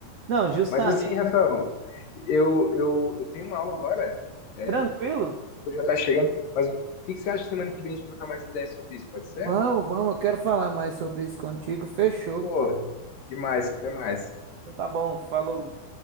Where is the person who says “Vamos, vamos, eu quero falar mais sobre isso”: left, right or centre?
Right